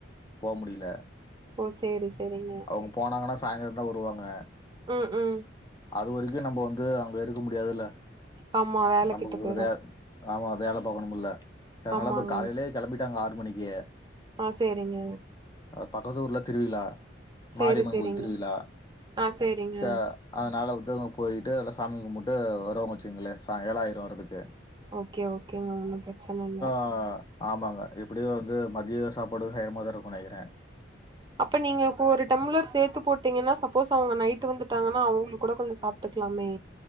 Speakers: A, on the left; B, on the right.
A: போ முடில
B: ஓ சேரி சேரிங்க
A: அவங்க போனாங்கன்னா சாயந்திரம் தான் வருவாங்க
B: ம் ம்
A: அது வரைக்கும் நம்ம வந்து அங்க இருக்க முடியாதுல்ல
B: ஆமா வேல
A: நமக்குவே
B: கெட்டு போயிரு
A: ஆமா வேல பார்க்கணும்ல
B: ஆமாங்க
A: இப்ப காலையிலே கிளம்பிட்டாங்க ஆறு மணிக்கே
B: ஆ சேரிங்க
A: அ பக்கத்து ஊர்ல திருவிழா
B: சேரி
A: மாரிஅம்மன்
B: சேரிங்க
A: கோவில் திருவிழா
B: ஆ சேரிங்க
A: ச அதனால வந்து அங்க போயிட்டு எல்ல சாமி கும்பிட்டு வரவ முச்சுங்களே சாய்ங்காலம் ஆய்ரும் வர்றதுக்கு
B: ஓகே ஓகேங்க ஒன்னும் பிரச்சன இல்ல
A: ஆ ஆமாங்க எப்டியும் வந்து மதியம் சாப்பாடு வேகமாதா தான் இருக்கும் நினைக்கிறேன்
B: அப்ப நீங்க ஒரு டம்ளர் சேத்து போட்டீங்கன்னா சப்போஸ் அவங்க நைட் வந்துட்டாங்கன்னா அவங்களுக்கு கூட கொஞ்சம் சாப் டுக்கலாமே